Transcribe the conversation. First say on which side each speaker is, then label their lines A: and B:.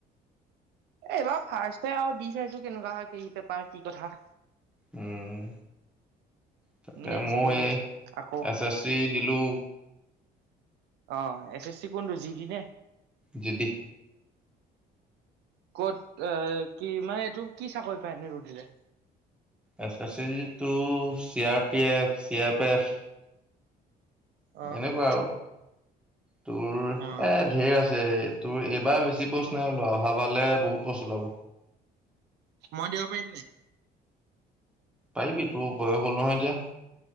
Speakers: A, on the right; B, in the centre.
A: এইবাৰ ফাৰ্ষ্টে আৰু দি চাইছোঁ কেনেকুৱা হয়, কি পেপাৰ, কি কথা।
B: উম, তাকে
A: নেক্সট
B: মই
A: দিম।
B: সেই
A: আকৌ
B: এছ এছ চি দিলোঁ।
A: অ'! এছ এছ চি কোনটো যি দি নে?
B: যিদি।
A: ক'ত এ, কি মানে, এইটো কি চাকৰি পায়? এনেই আৰু দিলে!
B: এছ এছ চিটো C R P F C app F.
A: অ অ'।
B: এনেকুৱা আৰু তোৰ এ,
A: অ',
B: ধেৰ আছে। তোৰ এইবাৰ বেছি পষ্ট নাই ওলোৱা। অহা বাৰলে বহুত পোষ্ট ওলাব।
A: মই দিব পাৰিম নি?
B: পাৰিবি তোৰ বয়স হ'ল নহয় এতিয়া।